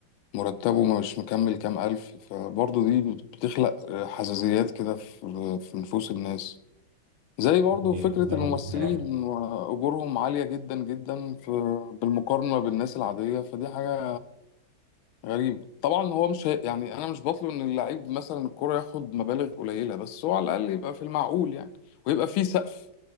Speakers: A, on the left (about 80°); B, on the right (about 30°).
A: مرتبه مش مكمل كام الف فبرضه دي بتخلق حساسيات كده في في نفوس الناس زي برضه
B: يعني
A: فكرة
B: كلام
A: الممثلين
B: محترم
A: وأجورهم عالية جدا جدا في بالمقارنة بالناس العادية فدي حاجة غريب طبعا هو مش هي... يعني انا مش بطلب ان اللعيب مثلا الكرة ياخد مبالغ قليلة بس هو على الاقل يبقى في المعقول يعني ويبقى في سقف